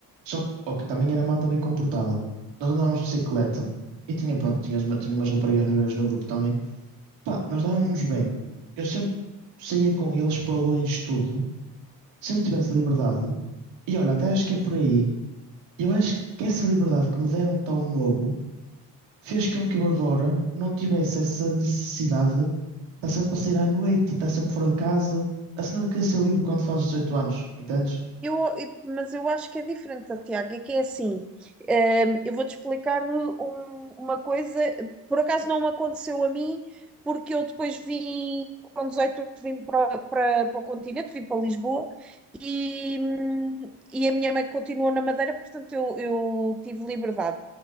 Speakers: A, on the right; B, in the centre.
A: Só que, ó, que também era malta bem comportada. Nós andávamos de bicicleta e tinha, pronto, tinha, uma- tinha umas raparigas mais velhas no grupo também. Pá, nós dávamos-nos bem. Eu sempre saía com eles para longe de tudo, sempre tivesse liberdade. E olha, até acho que é por aí. Eu acho que essa liberdade que me deram tão novo fez com que eu agora não tivesse essa necessidade de estar sempre a sair à noite e estar sempre fora de casa. A cena de querer ser livre quando fazes 18 anos, entendes?
B: Eu, eu- mas eu acho que é diferente, Tiago, é que é assim, ehm, eu vou-te explicar um- uma coisa, por acaso não me aconteceu a mim, porque eu depois vim, com 18 anos vim para, para, para o continente, vim para Lisboa, e, hum, e a minha mãe continuou na Madeira, portanto eu, eu tive liberdade.